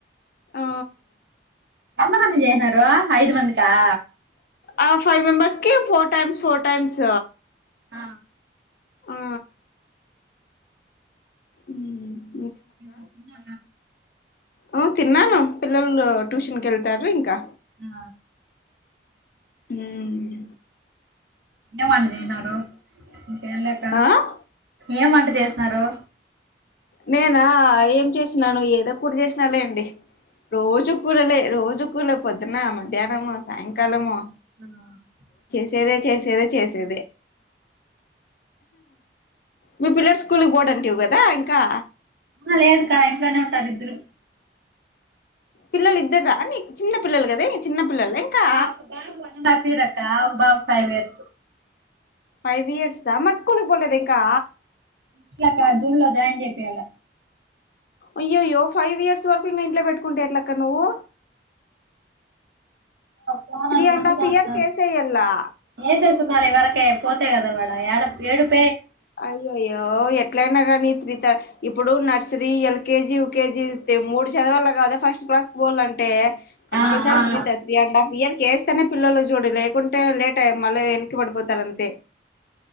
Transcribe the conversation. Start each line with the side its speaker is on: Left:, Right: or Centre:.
Left: ఆ
Right: పంద మంది జనరు ఐదు మంది ా
Left: ఆ ఫైవ్ మెంబర్స్ కి ఫోర్ టైమ్స్ ఫోర్ టైమ్స్
Right: ఆ
Left: ఆ ఉమ్
Right: అన్న
Left: అఓ తిన్నాను పిల్లలు ట్యూషన్ కళ్తయారు ఇంకా
Right: ఆ
Left: ఉమ్
Right: ఏం వంట చేసినారు ఇంకేంలేక
Left: ఆ
Right: ఏం వంట చేసినారు
Left: నేనా ఏం చేసినాను ఏదో కూ చేసిన లే అండి రోజు కూరలే రోజు కూరలే పొద్దున మధ్యాహ్నము సాయంకాలము
Right: ఉమ్
Left: చేదే చేసేదే చేస్తే మీ పిల్లల స్కూల్కి పోడంట ఇవ కదా థంక్ కా
Right: అ లేదు కా ఇం తారు్రు
Left: పిల్లలు ఇద్దరా నీ చిన్న పిల్లలు కద చిన్న పిల్లలు ఇంకా
Right: ఆ ఒక బాబు హఫీరక్క ఒక బాబ ఫైవేర్
Left: ఫైవ్ ఇయర్స్ అ మరి స్కూల్కి బోలేదు ఇంకా
Right: ఇట్లా కా జూన్ లో జాయిన్ చెపోయాల
Left: అయ్యో అయ్యో ఫైవ్ ఇయర్స్ వరకు ఇంగ ఇంట్లో పెట్టుకుంటే ఎట్లక్క నువ్వు
Right: పోనుని
Left: త్రీ
Right: మొండి
Left: అండ్ హాఫ్
Right: చేస్తున్నారుడు
Left: ఇయర్ కేసేయల్లా
Right: వసేస్తున్నాలి ఇ వరకే పోతే కదా వాడాడా ఏడు
Left: అయ్యో అయ్యో ఎట్లయినా కానీ త్రిత ఇప్పుడు నర్సరీ ఎల్కేజీ యకేజీ మూడు చదవాల కాదా ఫస్ట్ క్లాస్ బల్ళ అంటే కంపల్సర
Right: ఆ ఆ ఆ
Left: త తీ అండ్ హఫ్ ఇయర్కి వేస్తేనే పిల్లలు చూడు లేకుంటే లేట్ అయ మళ్ళీ వెనక్కి పడిపోతారుంతే